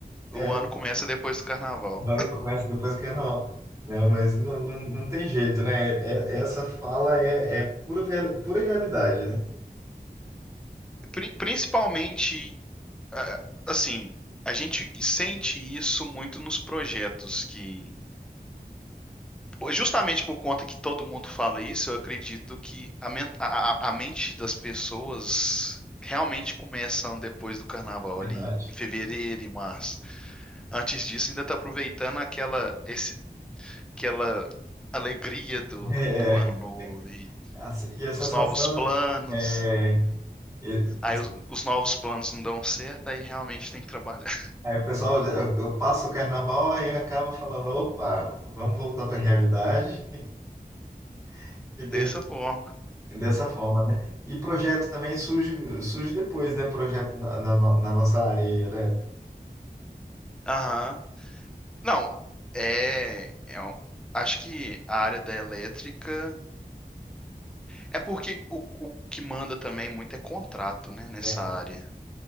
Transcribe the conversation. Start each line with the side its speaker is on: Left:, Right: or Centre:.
Right: É,
Centre: o ano começa depois do carnaval.
Right: agora começa depois do carnaval. Né? Mas não, não, não tem jeito, né? É- é, essa fala é, é pura, real- pura realidade, né?
Centre: Pri- principalmente, ah, assim, a gente sente isso muito nos projetos que Justamente por conta que todo mundo fala isso, eu acredito que a, men- a- a- a mente das pessoas realmente começam depois do carnaval,
Right: Verdade.
Centre: ali em fevereiro e março. Antes disso, ainda está aproveitando aquela, esse, aquela alegria do,
Right: É,
Centre: do ano
Right: é,
Centre: novo e
Right: assim, e a sensação
Centre: dos novos planos.
Right: é, e-
Centre: Aí
Right: isso-
Centre: os, os novos planos não dão certo, aí realmente tem que trabalhar
Right: aí o pessoal, eu eu passo o carnaval e acaba falando, opa, vamos voltar para a realidade, <laughs>
Centre: <laughs>
Right: que
Centre: dessa
Right: tem
Centre: forma.
Right: Dessa forma, né? E projeto também surge, surge depois, né? Projeto na, na, no- na nossa área elétrica.
Centre: Aham. Não, é, é um- acho que a área da elétrica É porque o, o que manda também muito é contrato, né, nessa
Right: É,
Centre: área.